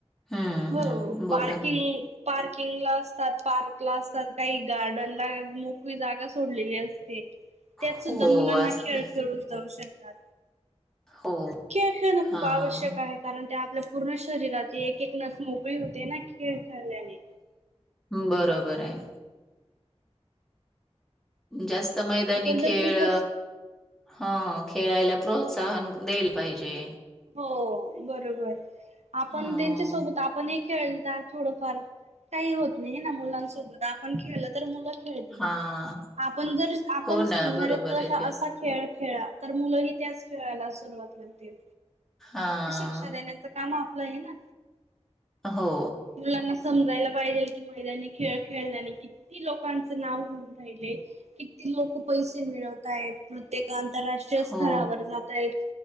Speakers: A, in the centre; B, on the right.
A: हं,
B: हो,
A: हं. बोला.
B: पारकी पार्किंगला असतात, पार्कला असतात, काही गार्डनला मोकळी जागा सोडलेली असते. त्यात
A: हो,
B: सुद्धा मुलांना
A: असते.
B: खेळ खेळून जाऊ शकतात.
A: हो!
B: खेळ खेळणं खूप
A: हां,
B: आवश्यक आहे. कारण त्या आपल्या पूर्ण शरीरात, एक एक नस मोकळी होते ना खेळ खेळल्याने.
A: बरोबरयं. जास्त मैदानी
B: आपण तर
A: खेळ
B: खूपच
A: हा, खेळायला प्रोत्साहन देयला पाहिजे.
B: हो, बरोबर. आपण,
A: हं,
B: त्यांच्या सोबत आपण एक खेळता थोडंफार, काही होत नाही है ना मुलांसोबत. आपण खेळलं तर मुलं खेळतील.
A: हां.
B: आपण जर आपण
A: हो ना,
B: सांगणारे
A: बरोबर
B: तर
A: आहे ते.
B: असा खेळ खेळा तर मुलंही त्याच खेळाला सुरुवात करतील
A: हां,
B: शिक्षा देण्याचं काम आपलं आहे ना.
A: हो.
B: मुलांना समजायला पाहिजेल की, मैदानी खेळ खेळल्याने कित्ती लोकांचं नाव होऊन राहिलंय. कि त्ती लोकं पैसे मिळवतायत, प्रत्येक आंतरराष्ट्रीय स्तरावर
A: हो
B: जातायत.